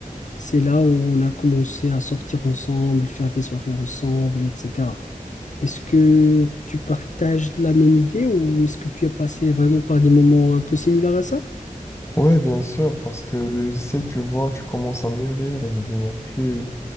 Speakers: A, on the left (about 60°); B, on the left (about 20°).
A: C'est là où on a commencé à sortir ensemble, faire des soirées ensemble, etc. Est-ce que tu partages la même idée ou est-ce que tu as passé vraiment par des moments un peu similaires à ça?
B: Oui, bien sûr, parce que le lycée, tu vois, tu commences à mûrir et devenir plus